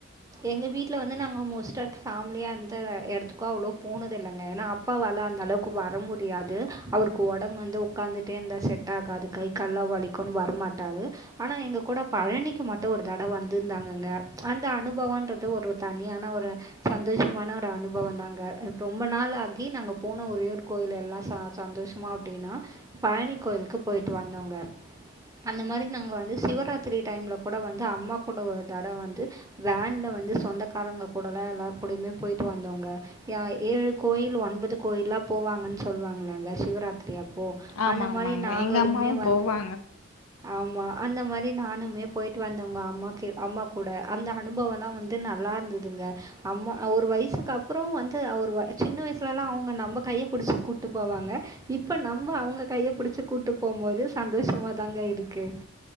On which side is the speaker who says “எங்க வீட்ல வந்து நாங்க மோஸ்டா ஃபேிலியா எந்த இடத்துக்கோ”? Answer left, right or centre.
Right